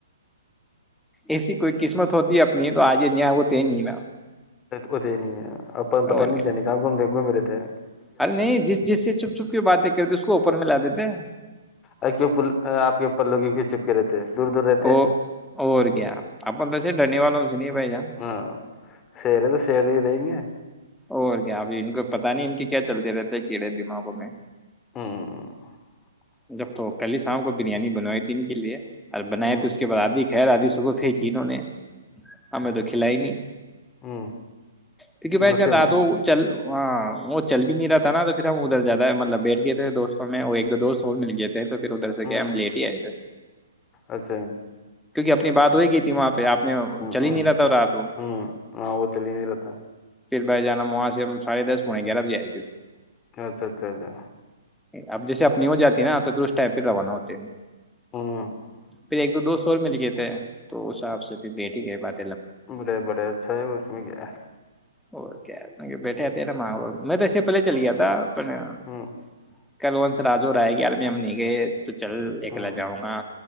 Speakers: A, in the centre; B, on the left.
A: ایسی کوئی قسمت ہوتی ہے اپنی تو آجے نہیںیا ہوتے نہیں نا
B: ات ہی نہیں ہے اپپ پتا
A: اور
B: نہیں
A: کیا
B: جانی ج گوم د گومم رہے
A: ارے نہیں جس جس سے چپ چھپ کی باتیں کرتے اس کو پر میںلا دیتے
B: ا کیوں آپ پلوں کی ک چپکے رہتے ہیں دور دور رہتے
A: او وہو کیا اپ ڈ والوں سنیے بھائی جان
B: ہاں سییرے تو شیر رہی گ
A: اور کیا اب ان کو پتاہ نہیں ان کے کیا چلتے رہتے کیڑے دماغوں میں
B: ہوں
A: جب تو پہللی شام کو بریانی بنوائی تھی ان کے لیے ار بنائے
B: ہوں
A: تو اس کے بعدادی خیر آادی صب پھیکی انہوں نے ہمیں تو کھلائ نہیں
B: ہوں
A: کیونکہ بھائی
B: غصے
A: جان رادو
B: میں
A: چل ہ وہ <unintelligible> چل بھی نہیں رہا تھا نا تو پھر ہم ادھر زیادہ ہے مطلب بیٹھ گئے تھے دوستوں میں اور ایک دو دوست اور مل گئے تھے تو پھر ادھر سے
B: ہوں
A: کیا ہے ہم لیٹ ہی آئے تھے
B: اچھا
A: اپنی بات ہو ہی گئی تھی وہاں پہ آپ نے چل
B: ہوں
A: ہی نہیں رہا تھا رات وہ
B: ہوں ہاں وہ چل ہی نہیں رہتا
A: بھائی جان ہم وہاں سے ہم ساڑھےدس پونے گیارہ بجے آئے تھے
B: اچھا اچھا اچھا
A: اب جیسے اپنی ہو جاتی ہے نا تو پھر اس ٹائم پہ روانہ ہوتے ہیں
B: ہوں
A: پھر ایک دو دوست اور مل گئے تھے تو اسساب سے پھر بیٹھ ہی گئے بات
B: بڑے بڑے اچھا ہے اس میں کیا ہے
A: اور کیا بیٹھے آتے ہیں نا ماں میں تو اس سے پہلے چل گیا تھا ک
B: ہوں
A: <unintelligible> کل ونس راجو رہ آئے گی عالمی ہم نہیں گئے <unintelligible> تو چل ایک
B: ہوں
A: لےجاؤں گا